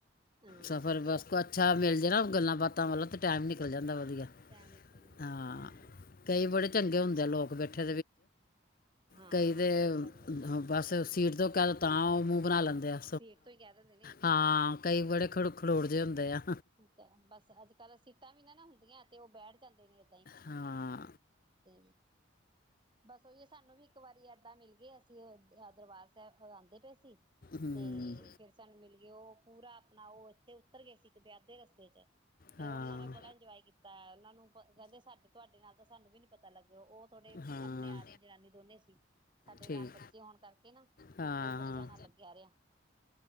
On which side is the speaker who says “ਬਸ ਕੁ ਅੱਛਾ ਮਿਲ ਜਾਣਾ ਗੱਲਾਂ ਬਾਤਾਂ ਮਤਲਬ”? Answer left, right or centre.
Left